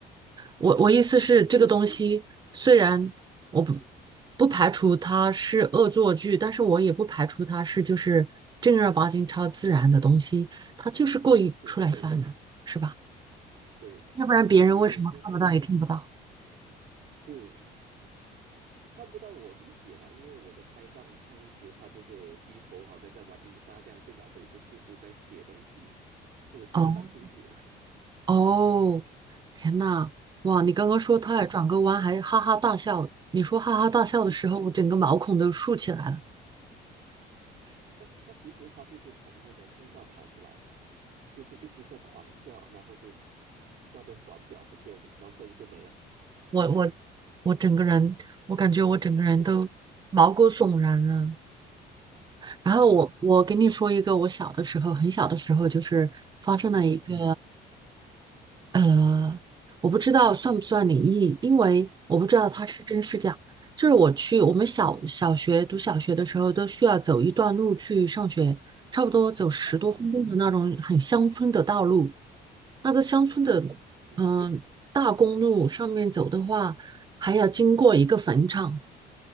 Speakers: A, on the right; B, on the right.
A: 我我意思是，
B: 就就
A: 这个东西虽然我不
B: 嗯
A: 不排除它是恶作剧，但是我也不排除它是就是正儿八经超自然的东西，它就是故意出来吓你，
B: 对对对
A: 是吧？
B: 对对对对，
A: 要不然别人为什么看不到也听不到？
B: 就是是看不到我理解了，因为我的拍档当时他就是低头，好像在玩泥沙这样，就拿着一只树枝在写东西，因为我记得蛮清楚的。
A: 哦哦，天呐，哇！你刚刚说他还转个弯还哈哈大笑，
B: <laughs> 嗯，
A: 你说哈哈大笑的时候，
B: 对，
A: 我整个毛孔都竖起来了，
B: 他他其实他就是从那个通道跑出来，就是一直在狂笑，然后就在那边转角不见，然后声音就没了，是那种。
A: 我我我整个人，我感觉我整个人都毛骨悚然了。
B: <laughs> 是是，
A: 然后我我跟你说一个我小的时候很小的时候就是发生了一个
B: 嗯哼
A: 呃，我不知道算不算灵异，因为我不知道它是真是假。
B: 嗯
A: 就是我去我们小小学读小学的时候都需要走一段路去上学，差不多走十多分钟的那种很乡村的道路。
B: 啊哈，
A: 那个乡村的
B: 哦，嗯哼，
A: 嗯、大公路上面走的话，还要经过一个坟场。